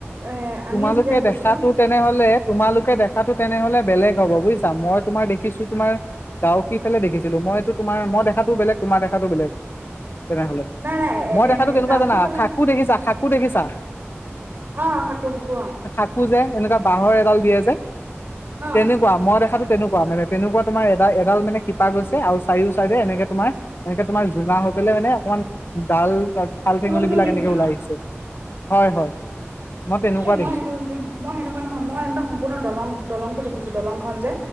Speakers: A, on the right; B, on the left.
A: এ আমি
B: তোমালোকে
A: যেতিয়া গৈছিলো
B: দেখাতো তেনেহ'লে, তোমালোকে দেখাতো তেনেহ'লে বেলেগ হ'ব বুজিছা। মই তোমাৰ দেখিছো তোমাৰ দাওকি ফালে দেখিছিলো। মইতো তোমাৰ, মই দেখাতটোও বেলেগ তোমাৰ দেখাতটোও বেলেগ। তেনেহলে
A: নাই নাই
B: মই
A: এ
B: দেখাতো কেনেকুৱা
A: ডাউকি
B: জানা
A: ফালে
B: খাকো দেখিছা খাক কোঠ কি ছাৰ
A: অ খাকো খাকো অ
B: থাকো যে এনেকুৱা বাঁহৰ এডাল দিয়ে যে
A: অ
B: তেনেকুৱা মই দেখাতো তেনেকুৱা মানে তেনেকুৱা তোমাৰ এডাল এডাল মানে শিপা গৈছে আৰু চাৰিও চাইডে এনেকে তোমাৰ এনেকে তোমাৰ জোঙা হৈ পেলাই মানে অকমান ডাল হাল
A: ওলমি
B: ফেঙুলিব
A: ওলমি
B: বিক এনেকে
A: থাকা
B: ওলাই
A: অ
B: আহিছে হয় হয় মই তেনেকুৱা
A: এ মই
B: দেখিছো
A: সেনো মই সেনেকুৱা নহয় মই একদম সম্পূৰ্ণ দলং দলং দেখিছো দলংখন যে